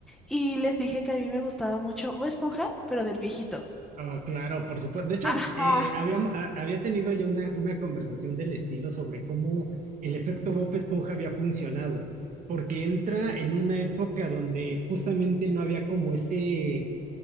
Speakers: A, in the centre; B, on the right (about 50°).
A: Y les dije que a mí me gustaba mucho Bob Esponja, pero del viejito.
B: Oh, claro, por supuesto. De hecho,
A: Ajá,
B: eh, habíamos- ha- había tenido ya una, una conversación del estilo sobre cómo el efecto Bob Esponja había funcionado, porque entra en una época donde justamente no había como ese